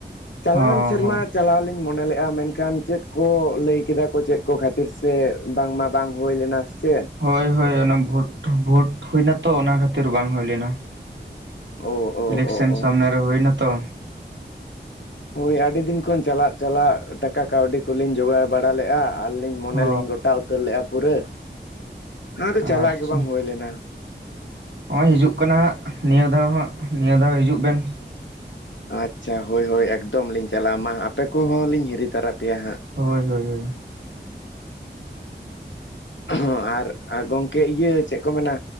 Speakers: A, on the left (about 80°); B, on the right (about 75°).
A: ᱪᱟᱞᱟᱣᱮᱱ
B: ᱦᱚᱸ
A: ᱥᱮᱨᱢᱟ
B: ᱦᱚᱸ
A: ᱪᱟᱞᱟᱣ ᱞᱤᱧ ᱢᱚᱱᱮ ᱞᱮᱜ-ᱟ ᱢᱮᱱᱠᱷᱟᱱ ᱪᱮᱫ ᱠᱚ ᱞᱟᱹᱭ ᱠᱮᱫᱟ ᱠᱚ ᱪᱮᱫ ᱠᱚ ᱠᱷᱟᱹᱛᱤᱨ ᱥᱮ ᱵᱟᱝᱢᱟ ᱵᱟᱝ ᱦᱩᱭ ᱞᱮᱱᱟ ᱥᱮ ᱪᱮᱫ
B: ᱦᱳᱭ ᱦᱳᱭ ᱚᱱᱟ ᱵᱷᱳᱴ ᱵᱷᱳᱴ ᱦᱩᱭᱱᱟ ᱛᱚ ᱚᱱᱟ ᱠᱷᱟᱹᱛᱤᱨ ᱵᱟᱝ ᱦᱩᱭ ᱞᱮᱱᱟ᱾
A: ᱚ ᱚ
B: ᱤᱞᱮᱠᱥᱮᱱ
A: ᱚ ᱚ
B: ᱥᱟᱢᱱᱮ ᱨᱮ ᱦᱩᱭᱱᱟ ᱛᱚ᱾
A: ᱦᱳᱭ ᱟᱹᱰᱤ ᱫᱤᱱ ᱠᱷᱚᱱ ᱪᱟᱞᱟᱜ ᱪᱟᱞᱟᱜ ᱴᱟᱠᱟ ᱠᱟᱹᱣᱰᱤ ᱠᱚᱞᱤᱧ ᱡᱚᱜᱟᱲ ᱵᱟᱲᱟ ᱞᱮᱜᱼᱟ ᱟᱨᱞᱤᱧ ᱢᱚᱱᱮ
B: ᱚ
A: ᱞᱤᱧ ᱜᱚᱴᱟ ᱩᱛᱟᱹᱨ ᱞᱮᱜᱼᱟ ᱯᱩᱨᱟᱹ ᱟᱫᱚ ᱪᱟᱞᱟᱜ
B: ᱟᱪᱪᱷᱟ
A: ᱜᱮ ᱵᱟᱝ ᱦᱩᱭ ᱞᱮᱱᱟ᱾
B: ᱱᱚᱜᱼᱚᱭ ᱦᱤᱡᱩᱜ ᱠᱟᱱᱟ ᱦᱟᱸᱜ ᱱᱤᱭᱟᱹ ᱫᱷᱟᱣ ᱦᱟᱸᱜ ᱱᱤᱭᱟᱹ ᱫᱷᱟᱣ ᱦᱤᱡᱩᱜ ᱵᱮᱱ᱾
A: ᱟᱪᱪᱷᱟ ᱦᱳᱭ ᱦᱳᱭ ᱮᱠᱫᱚᱢ ᱞᱤᱧ ᱪᱟᱞᱟᱜᱼᱟ ᱢᱟ ᱟᱯᱮ ᱠᱚᱦᱚᱸ ᱞᱤᱧ ᱦᱤᱨᱤ ᱛᱟᱨᱟ ᱯᱮᱭᱟ ᱦᱟᱸᱜ᱾
B: ᱦᱳᱭ ᱦᱳᱭ ᱦᱳᱭ᱾
A: ᱦᱚᱸ ᱟᱨ ᱜᱚᱢᱠᱮ ᱤᱭᱟᱹ ᱪᱮᱫ ᱠᱚ ᱢᱮᱱᱟ